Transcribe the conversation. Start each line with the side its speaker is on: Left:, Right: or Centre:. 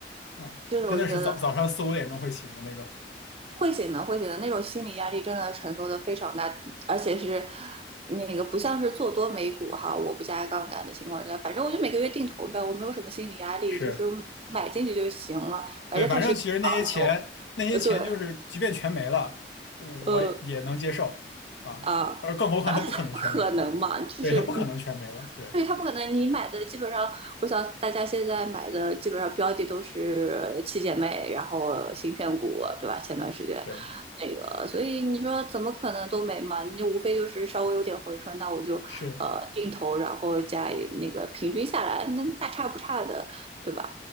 Left: 啊，
Right: 真的，
Left: 真的是早早上四五点钟会醒的那种。
Right: 我觉得会写的，会写的那种心理压力真的承受的非常大，而且是那个不像是做多美股哈，我不加杠杆的情况下，反正我就每个月定投呗，我没有什么心理压力，
Left: 是。
Right: 就是买进去就行了，反正它是一个
Left: 对，反正其实那些钱，
Right: 牛，
Left: 那些钱就是，
Right: 呃，对，
Left: 即便全没了，我也能接受啊。
Right: 呃啊，
Left: 而更何况它不可能全没了，
Right: 不可能嘛，就是
Left: 对，它不可能全没了，对
Right: 对，它不可能，你买的基本上，我想大家现在买的基本上标的都是七姐妹，然后芯片股，对吧？前段时间
Left: 对，
Right: 那个，所以你说怎么可能都没嘛？你就无非就是稍微有点回春，那我就呃定投，
Left: 是
Right: 然后加一那个平均下来，那大差不差的，对吧？